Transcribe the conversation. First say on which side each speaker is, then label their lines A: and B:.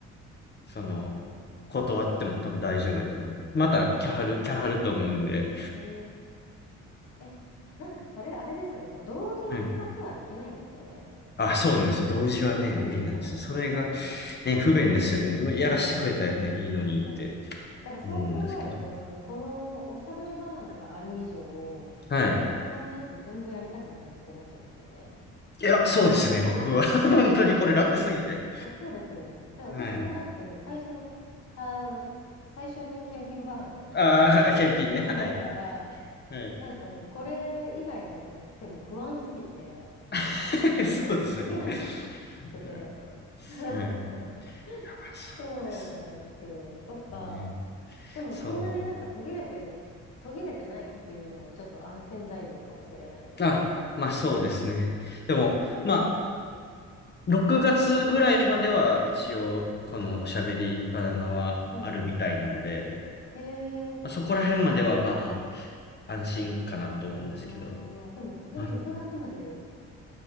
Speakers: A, on the left (about 35°); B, on the left (about 60°).
A: その、断っても多分大丈夫やと思います。また、
B: あ
A: キャハル、キャハルと思うんで。
B: あ、ええ。え、なんかそれあれですよね。こう同時に2つはできないんですよね。
A: はい。あ、そうなんですよ。同時はね、
B: うん、
A: 無理なんですよ。
B: そうですよね。
A: それが、ね、不便ですよね。まあやらしてくれたらね、
B: うん。う
A: いいのにって
B: ん。だからそう考えると、
A: 思うんですけど。
B: その、このおしゃべりバナナがある以上、
A: はい。
B: 他のやつ全部やりたくないってなっちゃいますよね。
A: いや、そうですね、
B: 正直。
A: 僕は。<laughs> 本当にこれ楽すぎて。
B: <laughs> え、そうですよね。だから私もだってもう最初のたす、
A: はい。
B: た、最初の検品バナナが、
A: ああ、
B: こ
A: はい、検品ね。
B: れだから、
A: はい。はい。
B: なんかもうこれ以外のやつが来ても不安すぎて、
A: <laughs> そうですよね。
B: そうできない
A: <laughs>
B: くて。
A: あ
B: <laughs>
A: ーはい。いや、まあ、そうです
B: そうなんですよ。そっか。
A: よね。
B: でもそんなになんか途切れてる、
A: そう。
B: 途切れてないっていうのはちょっと安心材料かもしれないです。
A: あ、まあそうですね。
B: うん。
A: でも、まあ、6月ぐらいまでは一応、このおしゃべりバナナはあるみたいなんで、
B: うんうん。へえ。
A: まあ、そこら辺まではま
B: あ、
A: あ、安心かなと思うんですけど、
B: あーでも逆に6月までで
A: まあ